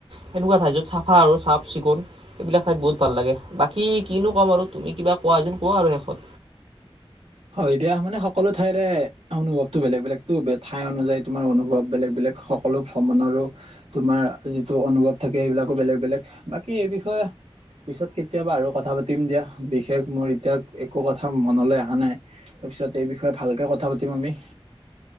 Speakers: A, on the right (about 65°); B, on the right (about 85°).
A: সেনেকুৱা ঠাই য'ত চাফা আৰু চাফ চিকুণ এইবিলাক ঠাইত বহুত ভাল লাগে। বাকী কিনো ক'ম আৰু তুমি কিবা কোৱা যেন কোৱা আৰু শেষত।
B: হয় দিয়া মানে সকলো ঠাইৰে অনুভৱটো বেলেগ বেলেগতো, ঠাই অনুযায়ী তোমাৰ অনুভৱ বেলেগ বেলেগ সকলো ভ্ৰমণৰো তোমাৰ যিটো অনুভৱ থাকে সেইবিলাকো বেলেগ বেলেগ। বাকী এই বিষয়ে পিছত কেতিয়াবা আৰু কথা পাতিম দিয়া। বিশেষ মোৰ এতিয়া একো কথা মনলৈ অহা নাই। তাৰপিছত এই বিষয়ে ভালকে কথা পাতিম আমি।